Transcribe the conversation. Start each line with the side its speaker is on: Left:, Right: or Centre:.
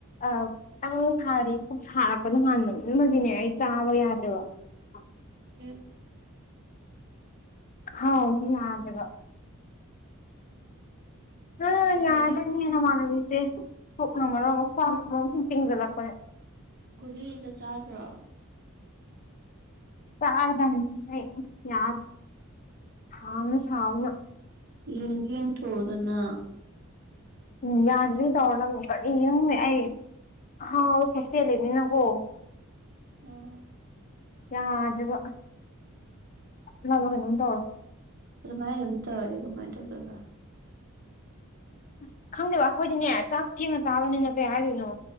Left: ꯑ ꯈꯤꯇꯪ ꯁꯥꯔꯗꯤ ꯄꯨꯛ ꯁꯥꯔꯛꯄ ꯅ ꯍꯥꯟꯅ ꯂ ꯑꯃꯒꯤꯅꯦ ꯑꯩ ꯆꯥꯕ ꯌꯥꯗ꯭ꯔꯦꯕ ꯑ
Right: ꯎ
Left: ꯍꯥꯎꯒꯤ ꯌꯥꯗꯕ ꯑ
Right: ꯑꯗꯨꯗꯤ
Left: ꯌꯥꯗ ꯅꯅ ꯃꯥꯅꯕꯤꯁ ꯦ ꯀ ꯍꯥꯥꯡꯃꯔꯣ ꯑꯃꯨꯛ ꯈ ꯁꯨꯝ ꯆꯤꯡꯁꯤꯜꯂꯛꯄꯅꯦ
Right: ꯗꯤꯒ ꯆꯥꯗ꯭ꯔꯣ
Left: ꯇꯔꯗꯝ ꯌꯥꯗ ꯁꯥꯎꯅ ꯁꯥꯎꯅ
Right: ꯌꯦꯡꯒꯦꯡ ꯇꯣꯗꯅ
Left: ꯎꯝ ꯌꯥꯗ ꯇꯧꯅ ꯀꯨꯝ ꯑꯩ ꯍꯥꯎ ꯐꯁꯤ ꯂꯩꯦꯅꯤ ꯅꯒꯣ
Right: ꯑꯥ
Left: ꯌꯥꯖꯕ ꯅꯃ ꯀꯩꯅꯣ ꯇꯧꯔ
Right: ꯑꯗꯨ ꯃꯥꯥꯏꯝꯇ ꯋꯥꯔꯤꯒꯃꯥꯏ ꯇꯇꯔꯕ
Left: ꯑꯁ ꯈꯪꯗꯦꯕ ꯑꯩꯈꯣꯏꯗꯤꯅꯦ ꯆꯥꯛꯁꯨ ꯊꯦꯡꯅ ꯆꯥꯕꯅꯤꯅ ꯀꯩ ꯍꯥꯏꯗꯣꯏꯅꯣ